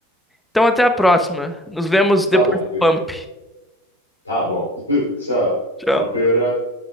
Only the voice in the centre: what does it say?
Então até a próxima. Nos vemos depois
do
pump.
Tchau.